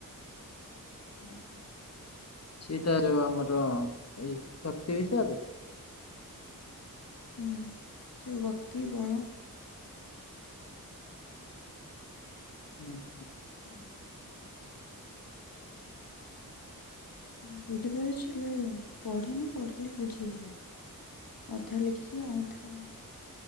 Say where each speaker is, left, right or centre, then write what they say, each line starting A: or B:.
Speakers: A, on the left; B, on the left.
A: ହଁ ହଁ।
B: ସେଟା ର ଆମର ଏଇ ଶକ୍ତି ବିଷୟରେ।
A: ହୁଁ। ସେ ଗତି ବଳ।
B: ହୁଁ ହଁ।
A: ଆଉ ଁ ବୁଝି ପାରୁ <unintelligible> ଛି ପଢିନି ପଢିଲେ ବୁଝି ହେଇଯିବ। ଅଧା ଲେଖିଛି ଆଉ ଅଧା